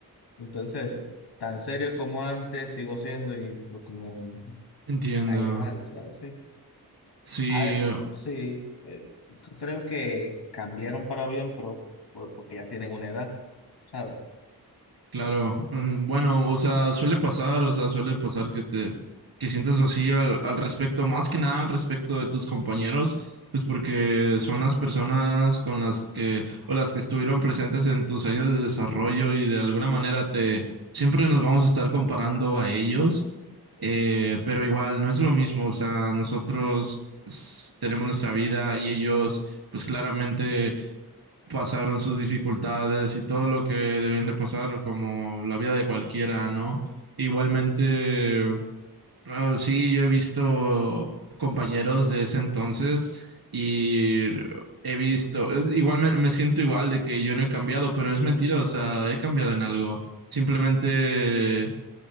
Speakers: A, on the left; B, on the right.
A: Entonces, tan serio como antes sigo siendo y pues, como
B: Entiendo.
A: da igual, ¿sabes? Sí.
B: Sí,
A: A ver, sí, eh, yo creo que cambiaron para bien, pero por- porque ya tienen una edad, ¿sabes?
B: claro. Mm, Bueno, o sea, suele pasar, o sea, suele pasar que te, que sientas así al, al respecto, más que nada al respecto de tus compañeros, pues porque son las personas con las que, o las que estuvieron presentes en tus años de desarrollo y de alguna manera te, siempre nos vamos a estar comparando a ellos, eh, pero igual, no es lo mismo, o sea, nosotros s- tenemos nuestra vida y ellos, pues claramente pasaron sus dificultades y todo lo que debían de pasar, como la vida de cualquiera, ¿no? Igualmente, ah, sí, yo he visto compañeros de ese entonces y he visto, eh, igual me, me siento igual de que yo no he cambiado, pero es mentira, o sea, he cambiado en algo. Simplemente